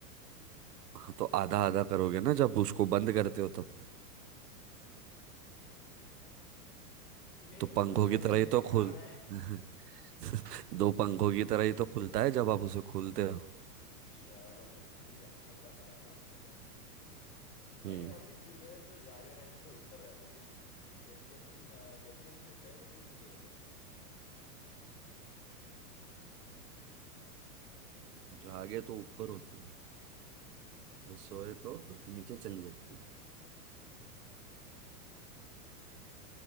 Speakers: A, on the right; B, on the left.
A: हाँ तो आधा आधा करोगे ना जब उसको बंद करते हो तब
B: मेरी
A: तो पंखों
B: विजुअलाइजेशन
A: की तरह ही
B: भी
A: तो
B: खराब
A: खुल
B: है
A: <laughs> दो पंखों की तरह ही तो खुलता है जब आप उसे खोलते हो
B: चलो फिर ठीक है अगला सवाल आपके लिए हम्म,
A: हम्म
B: ऐसी कौन सी चीज है जो जागे रहने पे ऊपर रहती है लेकिन अ, जैसे ही हम सोते हैं वो चीज नीचे गिर जाती
A: जागे तो ऊपर होती है
B: है
A: और सोए तो नीचे चली जाती है
B: जी